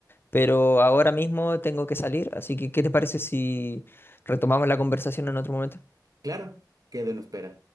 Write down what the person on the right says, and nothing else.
Claro, quedo en espera.